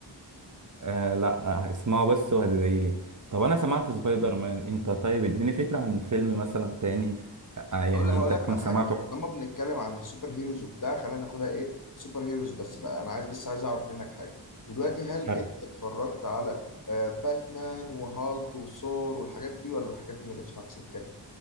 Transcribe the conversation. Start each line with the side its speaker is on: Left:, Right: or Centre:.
Right: آه لا آه، اسمعوا بس وهتدعي لي طب انا سمعت سبايدر مان انت طيب اديني فكرة عن فيلم مثلا تاني آه يعني
Left: هقول هقول
Right: انت
Left: لك
Right: تكون
Left: على
Right: سمعته
Left: حاجه لما بنتكلم عن السوبر هيروز وبتاع خلينا ناخدها ايه سوبر هيروز بس بقى انا عايز بس عايز اعرف منك حاجه دلوقتي هل
Right: حلو.
Left: انت اتفرجت على آه، باتمان وهالك وثور والحاجات دي ولا الحاجات دي ما جاتش معاك سكه